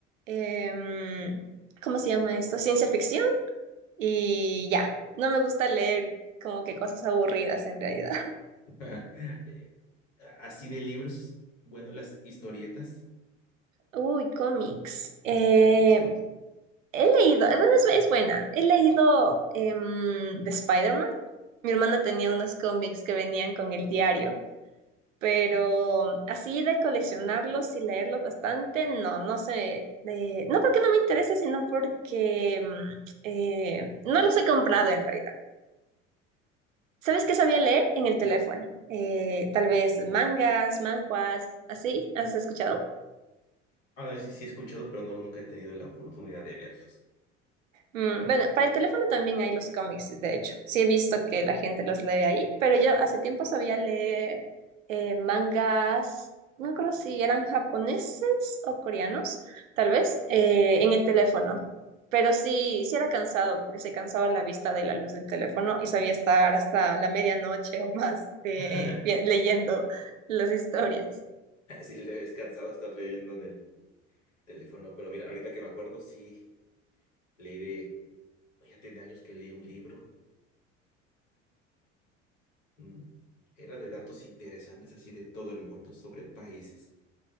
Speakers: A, on the right; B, on the left.
A: em, ¿cómo se llama esto? Ciencia ficción Y ya, no me gusta leer como que cosas aburridas en realidad. <laughs>
B: <laughs> Eh, Así de libros, bueno, las historietas,
A: Uy, cómics. Eh,
B: ándale, los co-
A: he leído, eh, bueno, es, es buena. He leído em, de Spider-Man. Mi hermana tenía unos cómics que venían con el diario, pero así de coleccionarlos y leerlos bastante, no, no sé. eh, no porque no me interese, sino porque em, eh, no los he comprado en realidad. ¿Sabes qué sabía leer en el teléfono? Eh, tal vez mangas, manhwas, así, ¿has escuchado?
B: Ah, no, sí, sí he escuchado, pero no, nunca he tenido la oportunidad de leerlos.
A: Mm, bueno, para el teléfono también hay los cómics, de hecho. Sí he visto que la gente los lee ahí, pero yo hace tiempo sabía leer eh, mangas, no creo si eran japoneses o coreanos, tal vez, eh, en el teléfono. Pero sí, sí era cansado, porque se cansaba la vista de la luz del teléfono y sabía estar hasta la medianoche o más eh,
B: <laughs>
A: vi- leyendo las historias.
B: Sí, le he cansado estar leyendo en el teléfono, pero mira, ahorita que me acuerdo, sí, leí de, oh, ya tiene años que leí un libro, Mm, Era de datos interesantes así de todo el mundo, sobre países,